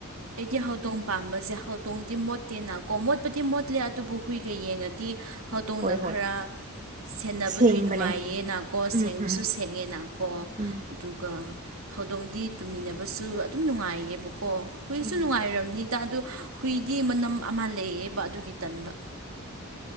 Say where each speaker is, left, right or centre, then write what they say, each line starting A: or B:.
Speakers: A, on the right; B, on the right.
A: ꯑꯩꯗꯤ ꯍꯧꯗꯣꯡ ꯄꯥꯝꯕꯁꯦ ꯍꯧꯗꯣꯡꯗꯤ ꯃꯣꯠꯇꯦꯅꯀꯣ ꯃꯣꯠꯄꯗꯤ ꯃꯣꯠꯂꯦ ꯑꯗꯨꯕꯨ ꯍꯨꯏꯒ ꯌꯦꯡꯉꯗꯤ ꯍꯧꯇꯣꯡꯅ
B: ꯍꯣꯏ ꯍꯣꯏ
A: ꯈꯔ ꯁꯦꯟꯅꯕꯗꯨ
B: ꯁꯦꯡꯕꯅꯦ
A: ꯅꯨꯡꯉꯥꯏꯌꯦꯅꯀꯣ
B: ꯎꯝ
A: ꯁꯦꯡꯕꯁꯨ
B: ꯎꯝ
A: ꯁꯦꯡꯉꯦꯅꯀꯣ
B: ꯎꯝ
A: ꯑꯗꯨꯒ ꯍꯧꯗꯣꯡꯗꯤ ꯇꯨꯃꯤꯟꯅꯕꯁꯨ ꯑꯗꯨꯝ ꯅꯨꯡꯉꯥꯏꯌꯦꯕꯀꯣ ꯍꯨꯏꯁꯨ
B: ꯎꯝ
A: ꯅꯨꯡꯉꯥꯏꯔꯝꯅꯤ ꯑꯗꯨ ꯍꯨꯏꯗꯤ ꯃꯅꯝ ꯑꯃ ꯂꯩꯌꯦꯕ ꯑꯗꯨꯒꯤ ꯇꯟꯕ